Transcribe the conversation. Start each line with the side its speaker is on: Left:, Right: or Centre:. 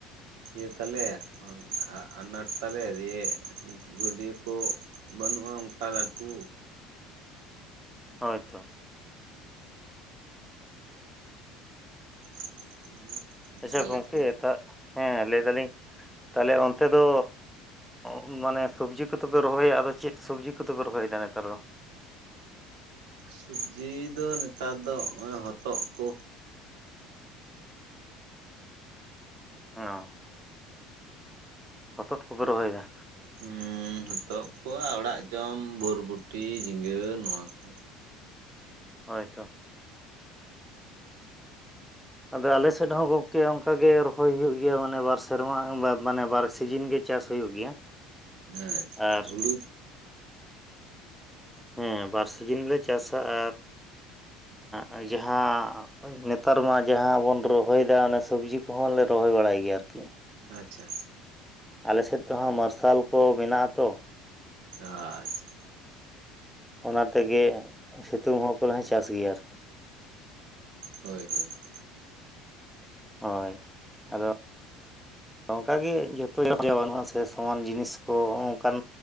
Right: ᱤᱭᱟᱹ ᱛᱟᱦᱞᱮ ᱟᱱ-ᱟ-ᱟᱱᱟᱴ ᱛᱟᱞᱮ ᱫᱤᱭᱮ ᱜᱩᱰᱤᱭᱟᱹ ᱠᱚ ᱵᱟᱹᱱᱩᱜᱼᱟ ᱚᱱᱠᱟ ᱞᱟᱹᱴᱩ᱾
Centre: ᱦᱳᱭ ᱛᱚ᱾
Right: <inaudible> ᱚᱱᱠᱟ
Centre: ᱟᱪᱪᱷᱟ ᱜᱚᱝᱠᱮ
Right: ᱞᱮᱠᱟ ᱫᱚ
Centre: ᱛᱟ ᱦᱮᱸ ᱞᱟᱹᱭ ᱫᱟᱞᱤᱧ ᱛᱟᱦᱚᱞᱮ ᱚᱱᱛᱮ ᱫᱚ ᱚᱸ ᱢᱟᱱᱮ ᱥᱚᱵᱽᱡᱤ ᱠᱚᱫᱚ ᱯᱮ ᱨᱚᱦᱚᱭᱟ, ᱟᱫᱚ ᱪᱮᱫ ᱥᱚᱵᱽᱡᱤ ᱠᱚᱫᱚᱯᱮ ᱨᱚᱦᱚᱭᱫᱟ ᱱᱮᱛᱟᱨ ᱫᱚ?
Right: ᱥᱚᱵᱡᱤ ᱫᱚ ᱱᱮᱛᱟᱨ ᱫᱚ ᱦᱚᱸᱜᱼᱚᱭ ᱦᱚᱛᱚᱜ ᱠᱚ᱾
Centre: ᱚᱸ ᱦᱚᱛᱚᱫ ᱠᱚᱯᱮ ᱨᱚᱦᱚᱭ ᱫᱟ?
Right: ᱦᱮᱸ ᱦᱚᱛᱚᱜ ᱠᱚ ᱟᱨ ᱚᱲᱟᱜ ᱡᱚᱢ ᱵᱷᱚᱨᱵᱩᱚᱴ, ᱡᱷᱤᱸᱜᱟᱹ ᱱᱚᱣᱟᱠᱩ᱾
Centre: ᱦᱳᱭ ᱛᱚ᱾ ᱟᱫᱚ ᱟᱞᱮ ᱥᱮᱫ ᱦᱚᱸ ᱜᱚᱢᱠᱮ ᱚᱱᱠᱟᱜᱮ ᱨᱚᱦᱚᱭ ᱦᱩᱭᱩᱜ ᱜᱮᱭᱟ ᱢᱟᱱᱮ ᱵᱟᱨ ᱥᱮᱨᱢᱟ ᱵᱟ-ᱢᱟᱱᱮ ᱵᱟᱨ ᱥᱤᱡᱤᱱ ᱜᱮ᱾ ᱪᱟᱥ ᱦᱩᱭᱩᱜ ᱜᱮᱭᱟ᱾
Right: ᱟᱪᱪᱷᱟ
Centre: ᱟᱨ
Right: ᱦᱩᱲᱩ
Centre: ᱦᱮᱸ ᱵᱟᱨ ᱥᱤᱡᱤᱱᱞᱮ ᱪᱟᱥᱟ ᱟᱨ ᱮᱸᱻ ᱡᱟᱦᱟᱸ ᱱᱮᱛᱟᱨ ᱢᱟ ᱡᱟᱦᱟᱸ ᱵᱚᱱ ᱨᱚᱦᱚᱭ ᱮᱫᱟ ᱚᱱᱮ ᱥᱚᱵᱽᱡᱤ ᱠᱚᱦᱚᱸ ᱞᱮ ᱨᱚᱦᱚᱭ ᱵᱟᱲᱟᱭ ᱜᱮᱭᱟ ᱟᱨᱠᱤ,
Right: ᱟᱪᱪᱷᱟ ᱟᱪᱪᱷᱟ
Centre: ᱟᱞᱮ ᱥᱮᱫ ᱛᱮᱦᱚᱸ ᱢᱟᱨᱥᱟᱞ ᱠᱚ ᱢᱮᱱᱟᱜᱼᱟ ᱛᱚ ᱾
Right: ᱟᱪᱪᱷᱟ
Centre: ᱚᱱᱟ ᱛᱮᱜᱮ ᱥᱤᱛᱩᱝ ᱦᱚᱸ ᱠᱚᱞᱮ ᱪᱟᱥ ᱜᱮᱭᱟ ᱟᱨᱠᱤ,
Right: ᱦᱳᱭ ᱦᱳᱭ ᱾
Centre: ᱦᱚᱭ ᱟᱫᱚ, ᱱᱚᱝᱠᱟᱜᱮ ᱡᱷᱚᱛᱚ <unintelligible> ᱵᱟᱹᱱᱩᱜᱼᱟ ᱥᱮ ᱥᱚᱢᱟᱱ ᱡᱤᱱᱤᱥ ᱠᱚ ᱱᱚᱝᱠᱟᱱ,